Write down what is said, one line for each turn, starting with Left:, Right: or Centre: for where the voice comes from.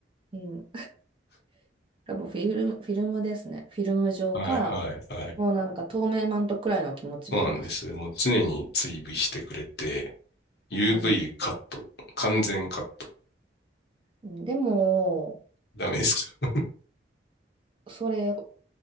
Right: うん。多分フィルム、フィルムですね。フィルム状か、
Left: はい、はい、はい。
Right: もうなんか透明マントくらいの気持ちでいます。
Left: そうなんです。もう常に追尾してくれて、UV
Right: うん。
Left: カット、完全カット。
Right: でも、
Left: ダメですか
Right: それ